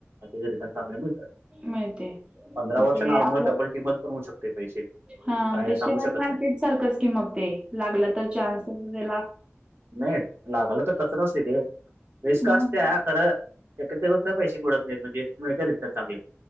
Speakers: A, on the right; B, on the right.
A: रिट <unintelligible> न समय.
B: मिळते
A: पंधरा
B: मग
A: वर्षांने
B: ते
A: ऑलमोस्ट
B: आपलं
A: डबल टीमल पण होऊ शकते पैसे.
B: हा
A: काय
B: ते
A: सांगू
B: शेअर
A: शकत
B: मार्केट
A: नाही
B: सारखंच कि मग ते लागला तर चान्स वगला.
A: नाही लागाला तर तसं नसते तेे रिस्क
B: मग
A: असत्या खरं. एकत पैसे बुड <unintelligible> त नाही म्हजेततात चांगले.